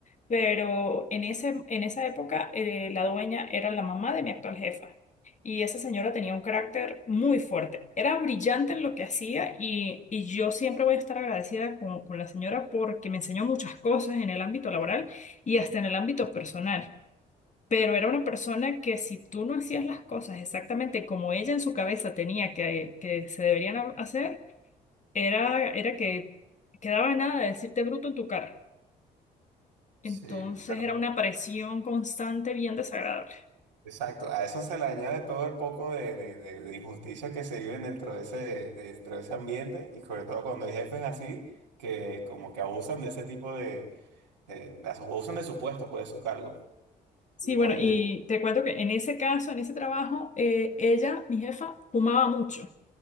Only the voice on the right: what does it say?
Sí. Bueno,
Exacto, a eso se le añade todo el poco de, de, de- de injusticia que se viven dentro de ese, dentro de ese ambiente y sobre todo cuando hay jefes así que como que abusan de ese tipo de, de- de- abusan de su puesto, pues de su cargo.
Y
oye,